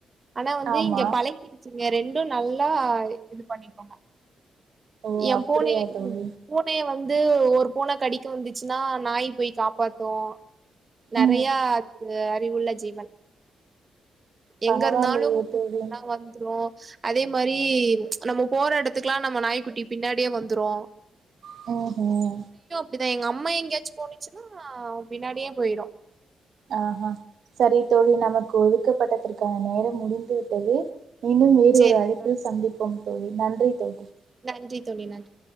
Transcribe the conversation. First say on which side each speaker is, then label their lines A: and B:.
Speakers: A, on the right; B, on the right.
A: ஆனா வந்து
B: ஆமா
A: இங்க பழங்கிடுச்சு நீங்க ரெண்டும் நல்லா இது பண்ணிக்கோங்க
B: ஓ
A: என்
B: அப்படியா
A: பூன
B: தோழி
A: பூனைய வந்து ஒரு பூனை கடிக்க வந்துச்சுன்னா நாய் போய் காப்பாத்து க்கு நிறைய
B: ம்
A: அதுக்கு அறிவுள்ள ஜீவன்
B: பரவாயில்லையே
A: எங்க இருந்தாலும் கூப்டம்னா
B: தோழி
A: வந்துரும் அதே மாதிரி நம்ம போற இடத்துக்குல்லாம் நம்ம நாய்க்குட்டி பின்னாடியே வந்துரும்
B: ஹு ஹும்
A: இப்ப எங்க அம்மா எங்கேயாச்சும் போணச்சுன்னா பின்னாடியே போயிடும்
B: ஆஹ்ஹ சரி தோழி நமக்கு ஒதுக்கப்பட்டதற்கான நேரம் முடிந்து விட்டது மீண்டும் வேறு
A: சேரிங்க
B: ஒரு அழைப்பில்
A: தோழி
B: சந்திப்போம் தோழி நன்றி தோழி
A: நன்றி தோழி நன்றி